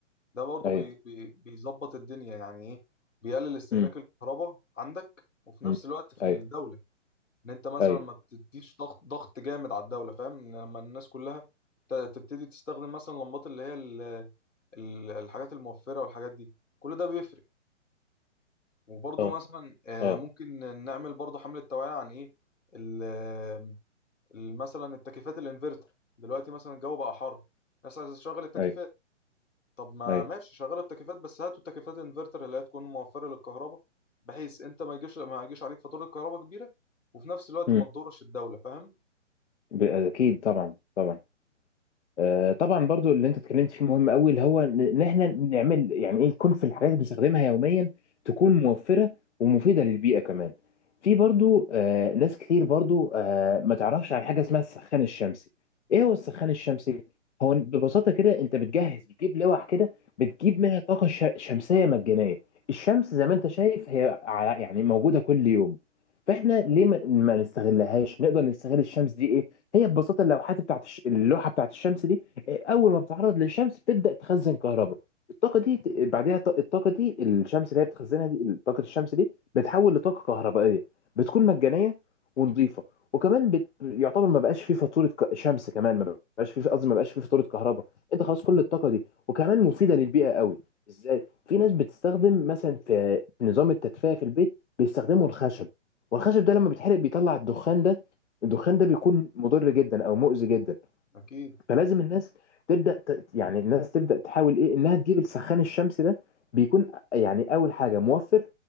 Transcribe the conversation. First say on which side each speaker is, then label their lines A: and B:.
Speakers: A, on the left (about 85°); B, on the left (about 65°).
A: ده برضه
B: ايوه
A: بي بي بيظبط الدنيا يعني إيه بيقلل استهلاك
B: امم
A: الكهرباء عندك وفي نفس
B: امم
A: الوقت في
B: ايوه
A: الدولة إن أنت مثلا
B: ايوه
A: ما بتديش ضغط ضغط جامد على الدولة فاهم إن لما الناس كلها ت- تبتدي تستخدم مثلا لمبات اللي هي ال- ال- الحاجات الموفرة والحاجات دي كل ده بيفرق وبرضه
B: اه
A: مثلا آه،
B: اه
A: ممكن نعمل برضه حملة توعية عن إيه ال- مثلا التكييفات الانفرتر دلوقتي مثلا الجو بقى حر الناس عايزه تشغل التكييفات
B: ايوه
A: طب ما
B: ايوه
A: ماشي شغل التكييفات بس هاتوا تكييفات انفرتر اللي هي تكون موفره للكهرباء بحيث انت ما يجيش ما يجيش عليك فاتوره كهرباء كبيره وفي نفس الوقت
B: امم
A: ما تضرش الدوله فاهم
B: ب- اكيد طبعا طبعا آه، طبعا برضو اللي انت اتكلمت فيه مهم قوي اللي هو ان إن احنا نعمل يعني ايه يكون في الحاجات اللي بنستخدمها يوميا تكون موفره ومفيده للبيئه كمان في
A: مم.
B: برضو آه، ناس كتير برضو آه، ما تعرفش عن حاجه اسمها السخان الشمسي ايه هو السخان الشمسي هو ببساطه كده انت بتجهز بتجيب لوح كده بتجيب منها طاقه ش- شمسيه مجانيه الشمس زي ما انت شايف هي على- يعني موجوده كل يوم فاحنا ليه ما ما نستغلهاش نقدر نستغل الشمس دي ايه هي ببساطه اللوحات بتاعت الش... اللوحه بتاعت الشمس دي إيه، اول ما بتتعرض للشمس بتبدا تخزن كهرباء الطاقه دي ت- بعدها الط- الطاقه دي الشمس اللي هي بتخزنها دي طاقه الشمس دي بتحول لطاقه كهربائيه بتكون مجانيه ونظيفه وكمان بت... يعتبر ما بقاش فيه فاتوره ك... شمس كمان ما بقاش فيه قصدي ما بقاش فيه فاتوره كهرباء انت خلاص كل الطاقه دي وكمان مفيده للبيئه قوي ازاي في ناس بتستخدم مثلا في نظام التدفئه في البيت بيستخدموا الخشب والخشب ده لما بيتحرق بيطلع الدخان ده الدخان ده بيكون مضر جدا او مؤذي جدا
A: اكيد
B: فلازم الناس تبدا ت... يعني الناس تبدا تحاول ايه انها تجيب السخان الشمسي ده بيكون يعني اول حاجه موفر